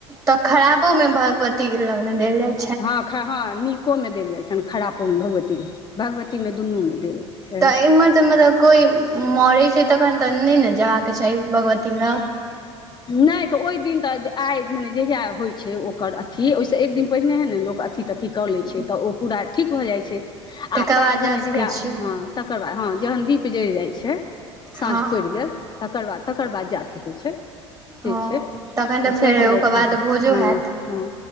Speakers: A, on the right (about 20°); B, on the left (about 30°).
A: त खराबो में, भगवती के लग मे देल जाय
B: हँ खर हँ नीको में देल जाय छैन, खरापो में भगवती ले, भगवती में दुनू में देल। छै
A: त एम्हर त मतलब कोई मरै छै, तखन तऽ नै न जेबाक चाही, भगवती लग।
B: <inaudible> नै त, ओय दिन त जे आइ मने जहिया होइ छै, ओकर अथी ओहि स एक दिन पहिनेहे न लोक अथी -त थी क लै छै त, ओ पूरा ठीक भ जाइ छै,
A: तकर
B: आ प्रात
A: बाद जा
B: भेने
A: सकै
B: जहिया
A: छियै
B: हंऽ तकर बाद, हँ जहन दीप जलि जाइ छै, साँझ
A: हँ
B: पड़ि गेल, तकर बाद -तकर बाद जा सकै छै। से
A: हँ
B: छै,
A: तखन तऽ
B: त
A: फेर
B: सैह भऽ
A: ओकर
B: जाइ छै,
A: बाद भोजो
B: हँऽ
A: हैत
B: हं